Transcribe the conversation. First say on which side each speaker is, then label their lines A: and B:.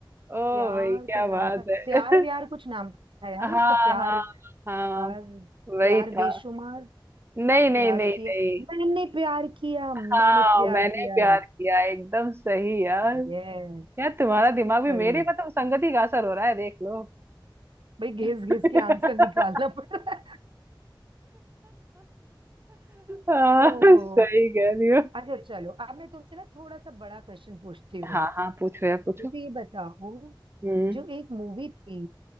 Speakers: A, on the right; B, on the right.
A: ओ
B: यार
A: भाई क्या
B: क्या नाम
A: बात
B: था प्यार
A: है
B: व्यार
A: <laughs>
B: कुछ नाम था यार
A: हाँ
B: उसका प्यार
A: हाँ
B: प्यार
A: हाँ वही
B: प्यार
A: था
B: बेशुमार
A: नहीं नहीं
B: प्यार
A: नहीं
B: किया
A: नहीं
B: मैंने प्यार किया मैंने
A: हाँ
B: प्यार
A: मैंने
B: किया
A: प्यार किया एकदम सही यार
B: ये
A: यार तुम्हारा दिमाग भी
B: सही
A: मेरे मतलब संगति का असर हो रहा है देख लो
B: भाई घिस
A: <laughs>
B: घिस के आंसर निकालना पड़ रहा है
A: हाँ,
B: ओहो
A: सही कह रही
B: अच्छा चलो अब मैं तुमसे ना थोड़ा सा बड़ा क्वेश्चन पूछती हूँ
A: हाँ हाँ पूछो यार पूछो
B: मुझे ये बताओ
A: हम्म
B: जो एक मूवी थी